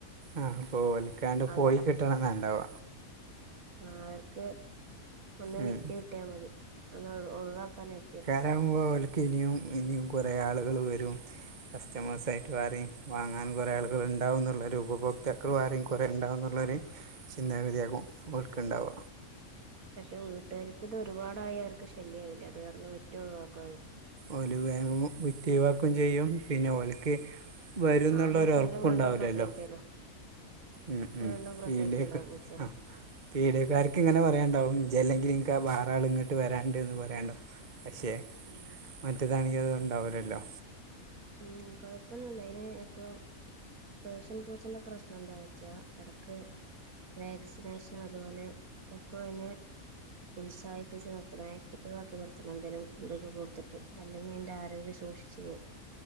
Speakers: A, on the right; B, on the right.
A: ആഹ് അപ്പോ ഓൽക്കാണ്ട്
B: അവ
A: പോയി കിട്ടണംന്ന ഇണ്ടാവ.
B: ആഹ് അവർക്ക് ഒന്ന്
A: ഉം.
B: വിറ്റ് കിട്ട്യാമതി ഒന്ന് ഒഴ് ഒഴിവാക്കാനായിരിക്കും.
A: ഇതാവുമ്പോ ആവെൽക്ക് ഇനിയും ഇനിയും കൊറേ ആളുകൾ വരും. കസ്റ്റമേഴ്സായിട്ട് ആരും വാങ്ങാൻ കൊറേ ആളുകൾ ഇണ്ടാവുംന്നുള്ളൊരുപഭോക്താക്കൾ ആരിം കൊറേ ഇണ്ടാകുന്നുള്ളൊരു ചിന്താഗതിയാകും ഓൽക്ക് ഇണ്ടാവ.
B: പക്ഷെ വീട്ടാര്ക്ക് ഇത് ഒരുപാടായവർക്ക് ശല്യ ആവില്ലെ അത് കാര്ണം വിറ്റ് ഒഴിവാക്കോല്.
A: ഓര് വേഗം വിറ്റൊഴിവാക്കേം ചെയ്യും പിന്ന് ഓൽക്ക് വരുന്നൊള്ളൊരു
B: ആ പൂച്ചേനെ
A: ഉറപ്പുണ്ടാവൂല്ലല്ലോ
B: വീണ്ടും പ്രസവിക്കലോ
A: ഉം ഉം
B: വീണ്ടും പ്രസവിക്കലോ
A: പിയിലേക്ക്
B: ആ പൂച്ച
A: ആഹ് പീടിയക്കാർക്ക് ഇങ്ങനെ പറയണ്ടാവും ഇജ്ജ് അല്ലെങ്കി ങ്ങക്ക് വാറെ ആള് ഇങ്ങട്ട് വരാ ഉണ്ടേന്ന് പറയാല്ലോ പക്ഷെ
B: ഉം
A: മറ്റേതാണെങ്കി അത് ഉണ്ടാവൂല്ലല്ലോ
B: ഉം കൊയപ്പൊന്നുംല്ല്യ അയിന് ഇപ്പം പേർഷ്യൻ പൂച്ചേന്റെ പ്രശ്നം എന്താ യ്ച്ചാ എടക്ക് വാക്സിനേഷൻ അതുപോലെ എപ്പഴും അയിനെ ഉത്സാഹിപ്പിച്ച് നിർത്തണം ആക്റ്റീവാക്കി നിർത്തണം എന്തേലും ഇതൊക്കെ കൊടുത്തിട്ട് അല്ലെങ്കി അയിന്റെ ആരോഗ്യം ദോക്ഷിച്ചു പോകും